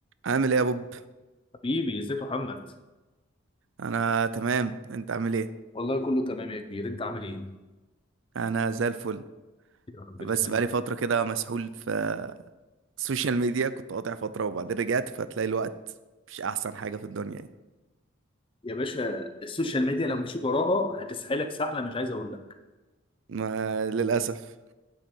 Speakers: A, on the right (about 65°); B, on the left (about 25°).
A: عامل ايه يا بوب
B: حبيبي ازيك يا محمد
A: انا تمام انت عامل ايه
B: والله كله تمام يا كبير انت عامل ايه
A: انا زي الفل
B: يا رب
A: بس
B: تعملها
A: بقالي فتره كده مسحول في السوشيال ميديا كنت قاطع فتره وبعدين رجعت فتلاقي الوقت مش احسن حاجه في الدنيا يعني
B: يا باشا السوشيال ميديا لو مشيت وراها هتسحلك سحله مش عايز اقول لك
A: ما للاسف